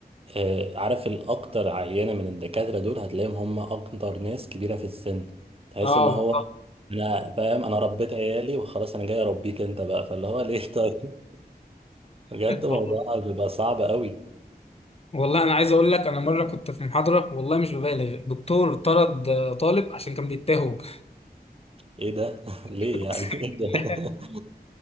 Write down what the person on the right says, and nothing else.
آه، عارف الأكتر عينة من الدكاترة دول هتلاقيهم هم أكتر ناس كبيرة في السن تحس
إن هو أنا فاهم أنا ربيت عيالي وخلاص أنا جاي أربيك أنت بقى فاللي هو ليه <laughs> طيب بجد موضوع
بيبقى صعب قوي
ايه ده <laughs>
ليه
يعني ايه ده
<laughs>